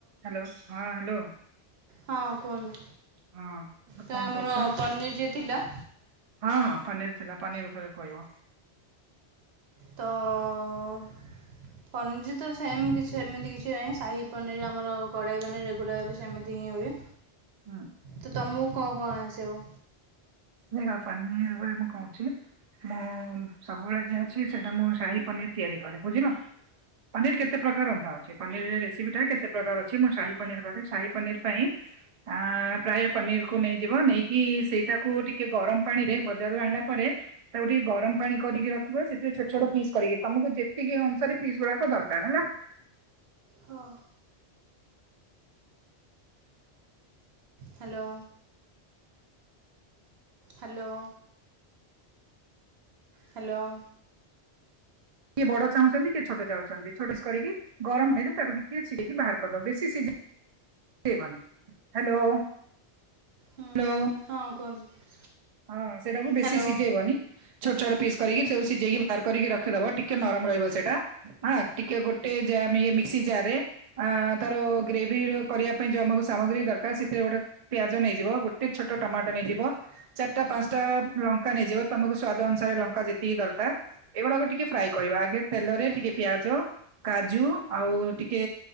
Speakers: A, on the right; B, on the right.
A: Hello ହଁ hello.
B: ହଁ କୁହନ୍ତୁ
A: ହଁ
B: ତ
A: କଣ
B: ଆମର
A: କରୁଛ?
B: ପନିର ଯିଏ ଥିଲା।
A: ହଁ ପନିର ଥିଲା ପନିର ଉପରେ କହିବ।
B: ତଅ ପଞ୍ଜି ତ ସେମ କିଛି ସେମିତି କିଛି ନାହିଁ। ସାହି ପନିର ଆମର କଡେଇ ପନିର ଏଗୁଡା ବି ଯେମିତି ହିଁ ହୁଏ।
A: ହୁଁ।
B: ତୁ ତମକୁ କଣ-କଣ ଆସିବ?
A: ନେ ଦେଖା ପନିର ଉପରେ ମୁଁ କଣ କହୁଚି। ମୁଁ ସବୁବେଳେ ଯଏ ଅଛି ସେଇଟା ମୁଁ ଶାହି ପନିର ତିଆରି କରେ ବୁଝିଲ। ପନିର କେତେ ପ୍ରକାର ରନ୍ଧା ହଉଛି। ପନିର ରେ ରେସିପିଟା କେତେ ପ୍ରକାର ଅଛି। ମୁଁ ସାହି ପନିର କରେ ସାହି ପନିର ପାଇଁ ଆଁ ପ୍ରାୟ ପନିର କୁ ନେଇଯିବ। ନେଇକି ସେଇଟାକୁ ଟିକ ଟିକେ ଗରମ ପାଣି ରେ ବଜାରୁ ଆଣିଲା ପରେ ତାକୁ ଟିକେ ଗରମ ପାଣି କରିକି ରଖିବ। ସେଥିରେ ଛୋଟ ଛୋଟ ପିସ୍ କରିକି। ତମକୁ ଯେତିକି ଅନୁସାରେ ପିସ୍ ଗୁଡାକ ଦରକାର ହେଲା।
B: ହଁ। ହାଲୋ। ହାଲୋ। ହ୍ୟାଲୋ।
A: କିଏ ବଡ ଚାହୁଁଛନ୍ତି କିଏ ଛୋଟ ଚାହୁଁଛନ୍ତି ଛୋଟିସ୍ କରିକି ଗରମ ହେନା ତାକୁ ଟିକେ ସିଡେଇି ବାହାର କରିଦବ ବେଶୀ ସିଝେଇ ବନି ହ୍ୟାଲୋ?
B: ହୁଁ
A: ହ୍ୟାଲୋ।
B: ହଁ କୁହନ୍ତୁ।
A: ହଁ ସେଟାକୁ ବେଶୀ
B: ହ୍ୟାଲୋ
A: ସିଝେଇବନି। ଛୋଟ ଛୋଟ ପିସ୍ କରିକି ସିଝେଇକି ବାହାର କରିକି ରଖିଦବ ଟିକେ ନରମ ରହିବ ସେଇଟା। ହଁ ଟିକେ ଗୋଟେେ ଜା ମି ମିକ୍ ଜାରରେ ଆ ତାର ଗ୍ରେଭି ର କରିବା ପାଇଁ ଯୋଉ ଆମକୁ ସାମଗ୍ରୀ ଦରକାର ସେଥିରେ ଗୋଟେ ପିଆଜ ନେଇଯିବ ଗୋଟେ ଛୋଟ ଟମାଟୋ ନେଇଯିବ ଚାରିଟା ପାଞ୍ଚଟା ଲଙ୍କା ନେଇଯିବ ତମକୁ ସ୍ଵାଦ ଅନୁସାରେ ଲଙ୍କା ଯେତିକି ଦରକାର ଏଗୁଡାକ ଟିକେ ଫ୍ରାଏ କରିବା ଆଗେ ତେଲରେ
B: ହୁଁ
A: ଟିକେ ପିଆଜ କାଜୁ ଆଉ ଟିକେ